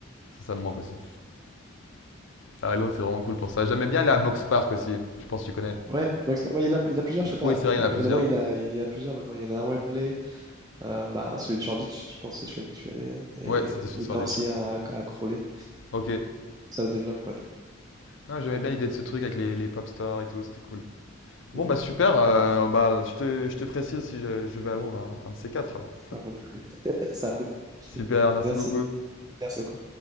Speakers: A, on the left; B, on the right.
A: Ça, ça me manque aussi. À Londres c'est vraiment cool pour ça. J'aimais bien aller à Box Park aussi, je pense que tu connais.
B: Ouais, Max- ouais, il y en a, il y en a plusieurs, je sais pas,
A: Oui,
B: à
A: c'est
B: ton
A: vrai,
B: époque,
A: il y en a plusieurs.
B: mais là maintenant, il y en a, il y en a plusieurs maintenant. Il y en a un à Wembley, euh, bah, celui de Shoreditch, je pense, c'est celui que tu es allé Et
A: Ouais, c'était Sud
B: il
A: Shoreditch,
B: y en a aussi
A: ouais.
B: un à, à Crawley.
A: Ok.
B: Ça se développe, ouais.
A: Ah, J'aimais bien l'idée de ce truc avec les, les pop stores et tout, c'était cool. Bon,
B: Mm,
A: bah super. euh, bah, je te, je te ferai signe si je, je vais à Londres un, un de ces quatre alors.
B: ça roule. <laughs> Ça roule.
A: Super, merci
B: Merci.
A: beaucoup.
B: Merci beaucoup.